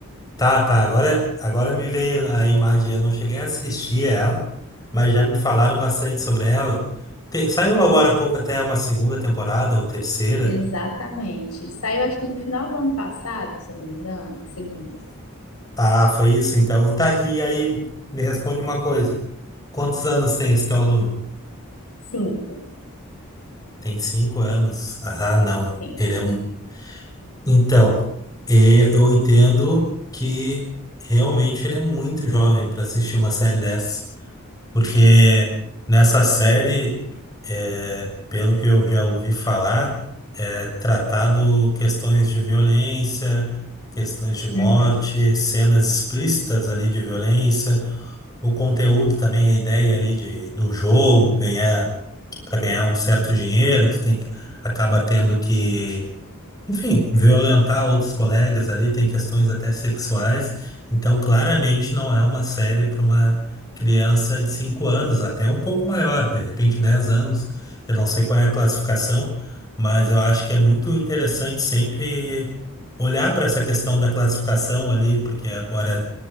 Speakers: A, on the left (about 15°); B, on the left (about 85°).
A: Tá, tá. Agora, agora me veio a imagem. Eu não cheguei a assistir ela, mas já me falaram bastante sobre ela. Te- saiu
B: E,
A: agora há pouco até uma segunda temporada ou terceira.
B: exatamente. Saiu, acho que no final do ano passado, se eu não me engano, segunda.
A: Ah, foi isso então. Tá, e aí me responde uma coisa. Quantos anos tem esse teu aluno?
B: Cinco,
A: Tem cinco anos. Ah, não.
B: sim,
A: Ele é... um- Então, e- eu entendo que realmente ele é muito jovem para assistir uma série dessa. Porque nessa série, é, pelo que eu já ouvi falar, é tratado questões de violência, questões de morte,
B: Uhum.
A: cenas explícitas ali de violência. o conteúdo também, a ideia ali de, do jogo, ganhar, para ganhar um certo dinheiro, tu tem que, acaba tendo que, enfim, violentar outros colegas ali, tem questões até sexuais. Então, claramente não é uma série para uma criança de 5 anos, até um pouco maior, de repente 10 anos. Eu não sei qual é a classificação, mas eu acho que é muito interessante sempre olhar para essa questão da classificação ali, porque agora